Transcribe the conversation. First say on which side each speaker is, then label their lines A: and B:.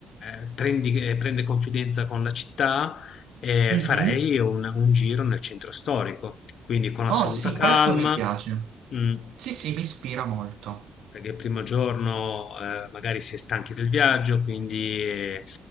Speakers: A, on the left; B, on the right.
A: eh, prendi- eh, prende confidenza con la città e
B: Mhm.
A: farei un, un giro nel centro storico, quindi con assoluta
B: Oh sì,
A: calma.
B: questo mi piace.
A: mm.
B: Sì, sì, mi ispira molto.
A: Perché il primo giorno eh, magari si è stanchi del viaggio, quindi eh,